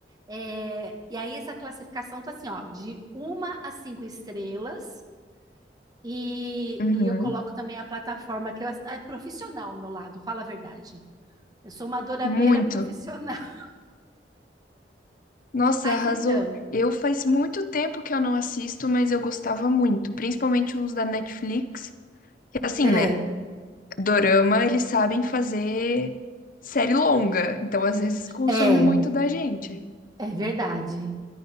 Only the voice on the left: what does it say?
Uhum.
Muito.
Nossa,
arrasou.
Eu faz muito tempo que eu não assisto, mas eu gostava muito, principalmente uns da Netflix. Que assim,
né? Dorama, eles sabem fazer série longa, então às vezes consome
muito da gente.